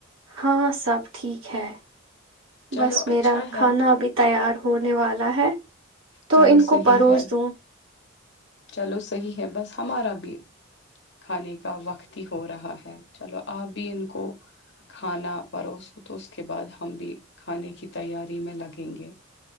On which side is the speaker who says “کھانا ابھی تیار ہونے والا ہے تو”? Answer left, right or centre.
Right